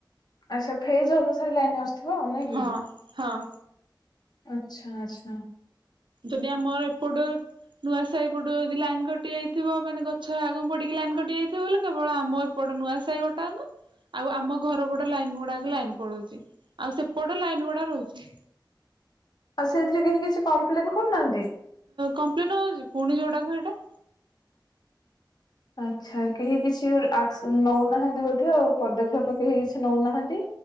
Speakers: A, on the left; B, on the right.
A: ଆଚ୍ଛା ଫେଜ ଅନୁସାରେ ଲାଇନ ଆସଥିବ ଆଉ ନା କି?
B: ହଁ ହଁ।
A: ଆଛା ଆଛା
B: ଯଦି ଆମର ଏପଟୁ ନୂଆ ସାଇ ପଟ ଯଦି ଲାଇନ କଟି ଯାଇଥିବ ମାନେ ଗଛ ଆଗ ପଡିକି ଲାଇନ କ କଟି ଯାଇଥିବା ବୋଲି କେବଳ ଆମ ଏପ ସେପଟ ନୂଆ ସାହି ଗୋଟା ଙ୍କ ଆଉ ଆମ ଘର ପଟ ଲାଇନ୍ ଗୁଡ଼ାକ ଲାଇନ୍ ପଳଉଛି ଆଉ ସେପଟ ଲାଇନ୍ ଗୁଡ଼ା ରହୁଛି।
A: ଆଉ ସେଥିରେ କେହି କିଛି କମ୍ପ୍ଲେନ୍ କରୁନାହାନ୍ତି।
B: କମ୍ପ୍ଲେନ୍ ହଉଛି ପୁଣି ଯୋଉଟା କୁ ହେଇଟା।
A: ଆଚ୍ଛା କେହି କିଛି ଆକ୍ସ ନଉନାହାନ୍ତି ବୋଧେ ପଦକ୍ଷେପ କେହି କିଛି ନଉନାହାନ୍ତି